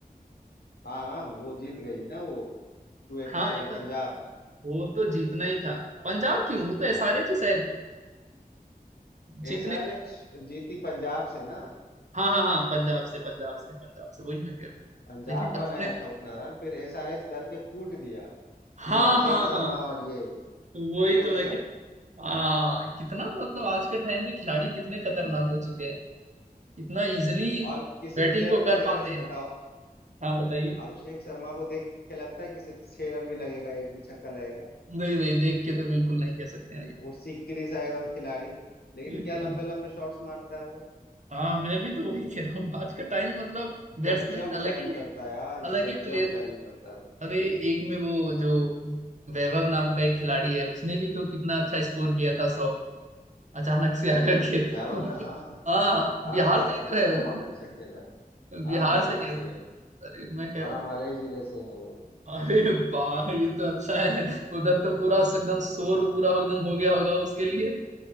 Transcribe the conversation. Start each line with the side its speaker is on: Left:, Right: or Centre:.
Left: हाँ हाँ, वो जीत गई ना वो टू एट्टी
Right: हाँ
Left: सेवन
Right: एकदम
Left: पंजाब
Right: वो तो जीतना ही था पंजाब क्यों वो तो एसआरएच ही शायद जीतने
Left: एसआरएच जीती पंजाब से ना
Right: हाँ हाँ हाँ पंजाब से पंजाब से पंजाब से वही मैं कह रहा हूँ
Left: पंजाब
Right: लेकिन
Left: बनाया
Right: आपने
Left: था उतना रन फिर एसआरएच धर के कूट दिया
Right: हाँ
Left: ये अभिषेक
Right: हाँ
Left: शर्मा
Right: हाँ
Left: और ये
Right: तो वही
Left: ट्रेविस
Right: तो मैं कह हाँ कितना मतलब आज के टाइम के खिलाड़ी कितने खतरनाक हो चुके हैं इतना इजिली
Left: और किसी
Right: बैटिंग
Left: प्लेयर
Right: को
Left: को
Right: कर
Left: देखने
Right: पाते
Left: से
Right: हैं
Left: बताओ
Right: हाँ बताइए
Left: अभिषेक शर्मा को देख के लगता है कि इसे छह रन भी लगेगा एक भी छक्का लगेगा
Right: नहीं नहीं देख के तो बिल्कुल नहीं कह सकते हैं भैया
Left: वो सिकरी सा एकदम खिलाड़ी लेकिन
Right: एकदम
Left: क्या लंबे लंबे शॉट्स मारता है वो
Right: हाँ मैं भी तो वही कह रहा हूँ आज का टाइम मतलब बैट्समैन
Left: गजब
Right: अलग
Left: टाइम
Right: ही
Left: करता है यार
Right: अलग
Left: गजब
Right: ही प्लेयर
Left: टाइम करता है वो।
Right: अरे एक में वो जो वैभव नाम का एक खिलाड़ी है उसने भी तो कितना अच्छा स्कोर किया था सौ अचानक से आकर के
Left: वैभव
Right: वो
Left: ना हाँ
Right: तो-
Left: हाँ
Right: हाँ
Left: हाँ
Right: बिहार
Left: उसने
Right: से ही तो है वो
Left: बहुत अच्छा खेला है
Right: बिहार
Left: हाँ बिहार
Right: से ही
Left: से
Right: है वो
Left: ही है
Right: अरे मैं कह
Left: और
Right: रहा
Left: हमारे
Right: हूँ
Left: ही जिले से है वो
Right: अरे वाह ये तो अच्छा है उधर तो पूरा एकदम शोर पूरा एकदम हो गया होगा उसके लिए